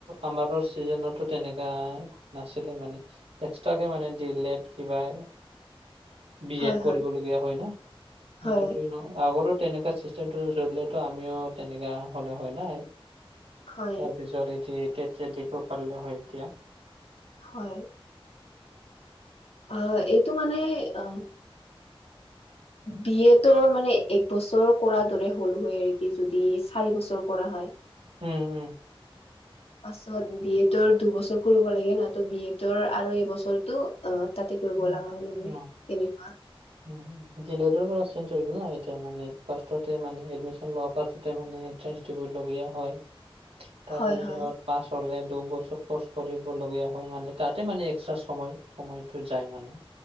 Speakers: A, on the right; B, on the left.
A: আমাৰটো ছিজনতো তেনেকা নাছিলে মানে। এক্সট্ৰাকে মানে দিএলেট কিবা
B: <inaudible>
A: বি এড কৰিবলগীয়া
B: হয়
A: হয় না
B: হয়
A: সেইটোতো ন আগৰতো তেনেকা চি চলিলেটো আমিও তেনেককা হ'লে হয় নাই
B: হয়
A: তাৰপিছত জৰুৰী তথ্য দিব পাৰিলু হয় এতিয়া।
B: হয়। হয় হয় ইটো মানে অ' বি এড তৰ মানে এক বছৰ কৰা দৰে হ'ল হয় আৰু কি যদি চাৰি বছৰ কৰা হয়।
A: উম উম।
B: পাছত বি এডৰ দুবছৰ কৰিব লাগে। নহয়তু বি এডৰ আৰু এইবছৰটো অ' তাতে কৰিব
A: উম
B: লগা হ'লহৈ
A: অ
B: তেনেকুৱা
A: উম দি এল এডৰ হৈ গল ন এতিয়া মানে ফাৰ্ষ্টতে মানে এডমিশন লোৱাৰ পাছতে মানে- টেচ দিবলগীয়া হয়।
B: <inaudible>
A: তাৰপিছত
B: হয় হয়
A: পাছ হলে দুবছৰ কৰ্চ কৰিবলীয়া হয় মানে তাতে মানে এক্সট্ৰা সময় সময় ত' যায় মানে।